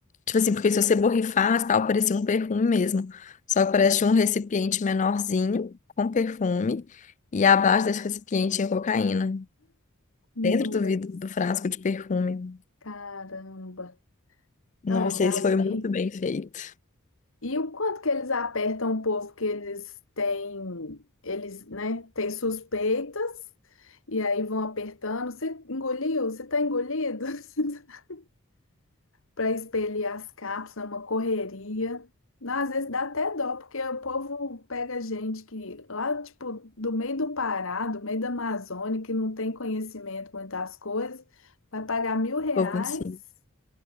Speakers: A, on the left; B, on the left.
A: tipo assim, porque se você borrifasse, tal, parecia um perfume mesmo. Só que parecia um recipiente menorzinho com perfume e abaixo desse recipiente tinha cocaína,
B: Nossa,
A: dentro do vidro do frasco de perfume.
B: caramba.
A: Nossa,
B: Não, eu já
A: esse foi
B: vi.
A: muito bem feito.
B: E o quanto que eles apertam o povo que eles têm, eles, né, têm suspeitas e aí vão apertando. Você engoliu? Você tá engolido? <laughs> Para expelir as cápsulas, é uma correria. Não, às vezes dá até dó, porque o povo pega gente que lá, tipo, do meio do Pará, do meio da Amazônia, que não tem conhecimento muito das coisas, vai pagar mil reais
A: Vou conseguir.